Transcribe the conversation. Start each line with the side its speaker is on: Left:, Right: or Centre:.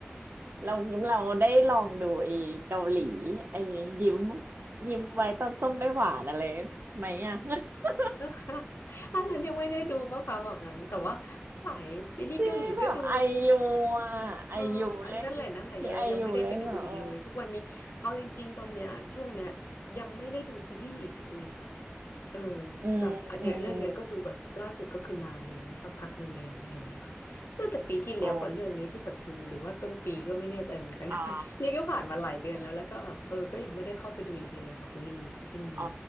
Right: เราเราได้ลองดูไอ้เกาหลีไอ้ยิ้มยิ้มไว้ตอนส้มไม่หวานอะไรไหมอ่ะ <laughs>
Left: <laughs> อันนั้นยังไม่ได้ดูปะคะแบบนั้นแต่ว่าฝ่ายซีรีส์เกาหลีก็ดู
Right: ที่แบบไอยูอ่ะไอยูเล่น
Left: เอออันนั่นแหละนั่นแหละเรายังไม่ได้ไปดูอีกเลยทุกวันนี้เอาจริงๆตอนเนี้ยช่วงเนี้ย
Right: ที่ไอยูเล่นอ่ะเออ
Left: ยังไม่ได้ดูซีรีส์อีกเลยค่ะ เออ
Right: อืมอืม
Left: แบบอันเนี้ยเรื่องเนี้ยก็ดูแบบล่าสุดก็คือนานแล้วสักพักหนึ่งแล้วอะไรอย่างเงี้ยค่ะน่าจะปีที่แล้วป่ะเรื่องนี้ที่แบบดูหรือว่าต้นปีก็ไม่แน่ใจเหมือนกัน
Right: อ๋อ
Left: <laughs>
Right: อ๋อ
Left: นี่ก็ผ่านมาหลายเดือนแล้วแล้วก็แบบเออก็ยังไม่ได้เข้าไปดูอีกเลยค่ะคุณลี่อืม
Right: อ๋อ